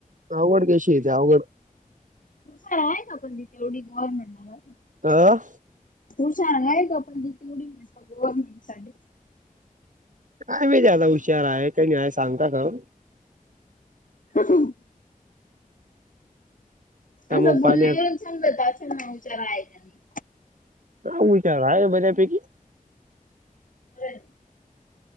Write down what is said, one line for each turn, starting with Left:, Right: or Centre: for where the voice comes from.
Right: आवड कशी येतीे आवड?
Left: खुश आहे ना पण तिथे तेवढी गव्हर्नमेंटमधुन
Right: आं
Left: हुशार आहे का? पण त तेवढी म्हटलं गव्हर्मेंट साठी
Right: काय मी ज्यादा हुशार आहे का नाहीय सांगता का?
Left: हाहं
Right: त्या
Left: असं
Right: मग
Left: बोलण्यावरून
Right: पाण्यात
Left: छान बोलता सांगलंतचं ना विचारा आहे का नाही?
Right: ह हाय बर्‍यापैकी
Left: बराय